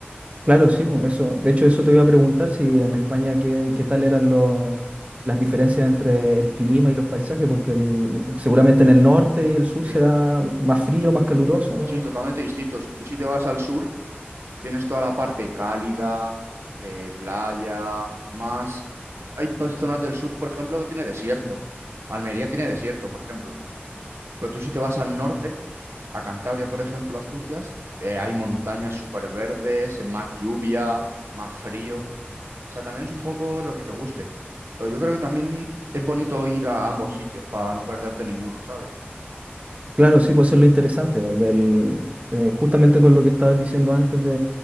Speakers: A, on the right; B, on the right.
A: claro, sí, po, eso, de hecho eso te iba a preguntar si en España qué, qué tal eran los, las diferencias entre el clima y los paisajes, porque el- seguramente en el norte y el sur
B: Sí,
A: será más frío,
B: to-
A: más caluroso.
B: sí, totalmente distintos. Tú si te vas al sur, tienes toda la parte cálida, de playa, más... Hay pues, zonas del sur, por ejemplo, que tiene desierto. Almería tiene desierto, por ejemplo. Pero tú si te vas al norte, a Cantabria, por ejemplo, Asturias, eh, hay montañas súper verdes, más lluvia, más frío. O sea, también es un poco lo que te guste. Pero yo creo que también es bonito ir a ambos sitios para no perderte ninguno, ¿sabes?
A: Claro, sí, pues eso es lo interesante, ¿no? del, eh, justamente con lo que estabas diciendo antes de,